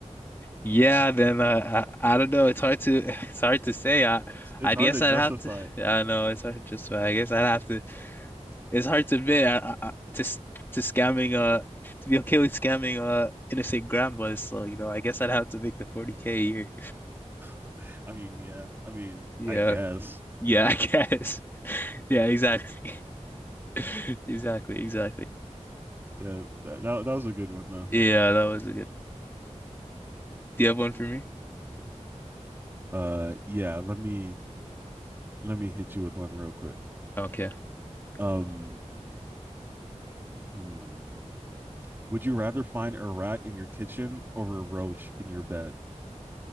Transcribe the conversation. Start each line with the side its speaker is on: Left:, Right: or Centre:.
Left: Yeah, then uh, I I don't know. It's hard to <laughs> it's hard to say. I
Right: It's it's
Left: I
Right: hard
Left: guess
Right: to
Left: I'd
Right: justify
Left: have to.
Right: it.
Left: I know it's hard. Just I guess I'd have to. It's hard to admit I, I, I- to s- to scamming. Uh, to be okay with scamming. Uh, innocent grandmas. So you know, I guess I'd have to make the 40K a year.
Right: <laughs> I mean, yeah. I mean,
Left: Yeah,
Right: I guess.
Left: yeah. I guess. <laughs> Yeah, exactly. <laughs> Exactly. Exactly.
Right: Yeah, that that, that was a good one though.
Left: Yeah, that was a good. Do you have one for me?
Right: Uh, yeah. Let me let me hit you with one real quick.
Left: Okay.
Right: Um,
Left: Oh.
Right: hmm. Would you rather find a rat in your kitchen or a roach in your bed?